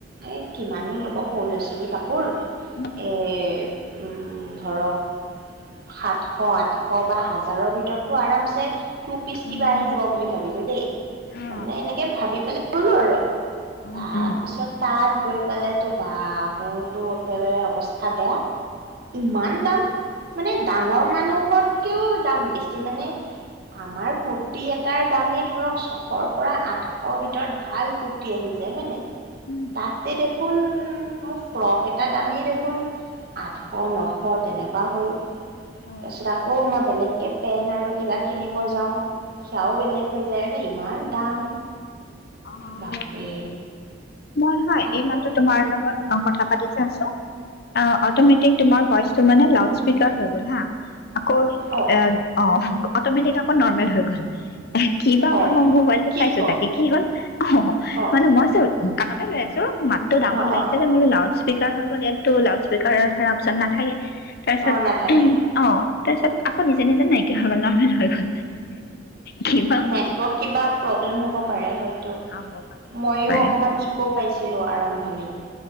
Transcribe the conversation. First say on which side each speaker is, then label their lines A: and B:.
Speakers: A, on the right; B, on the left.
A: এই কিমানো ল'ব সৰু ল'ৰা ছোৱালী কাপোৰ
B: উম
A: এ ধৰক সাতশ আঠশ বা হাজাৰৰ ভিতটো আৰামছে টু পিচ
B: উম উম
A: কিবা আহি
B: উম
A: যাব বুলি ভাবিলোঁ দেই
B: অ
A: মানে এনেকে ভাবি লো আৰু
B: উম
A: তাৰপিছত
B: উম
A: তাত গৈ পেলো বাবোৰতো একেবাৰে অৱস্থা বেয়া ইমান দাম মানে ডাঙৰ মানুহতকেও দাম বেছি মানে আমাৰ কুৰ্তি এটাৰ দামেই ধৰক ছশৰ পৰা আঠশ ভিত ভিতৰত ভাল কুৰ্তি আহি যায় হয়নে
B: উম
A: তাতে দেখোন মোৰ ফ্ৰক এটা দামেই দেখোন আঠশ নশ তেনেকুৱা হল তাৰপিছত
B: অ
A: আকৌ মই বেলেগকে পেন আৰু কিবা কিনিব যাওঁ সেয়াও বেলেগ হৈ যায় মানে ইমান দাম
B: আহ
A: বাপৰে
B: মন হয়
A: আপুনি
B: এই মাহতো তোমাৰ লগত অ কথা পাতি যাছো অ অটমেটিক তোমাৰ ভইচ ত মানে ল স্পিকাৰ হৈ গ'ল হা আকৌ
A: অ
B: এ অ অট'মেটিক আকৌ নৰ্মেল হৈ গ'ল কি বা
A: অ
B: হল মই মোৰ যেতিয়া মোবাইল তো
A: কি
B: চাইছো
A: ক
B: তাকে কি হল অ
A: অ
B: মানে মই চ কাণতে লৈ আছো মাতটো ডাঙৰ
A: অ
B: লাগিছে
A: অ
B: যে মো লাউজ স্পীকাৰ হৈ গ' ইাতত লউড স্পীকাৰৰ ধণৰ অপশন নাথাকে তাৰপিছত
A: অ নাথাকে
B: অ তাৰপিছত আকৌ নিজে নিজে নাইকিয়া হৈ গ'ল নৰ্মেল হৈ গ'ল কিবা
A: নেটৱৰ্ক
B: হ'ল
A: কিবা প্ৰব্লেম হ'ব হয়
B: খাব পাৰে খাব
A: মইও
B: পাৰে
A: অকমান ইকো পাইছো ছিলো আৰম্ভণিত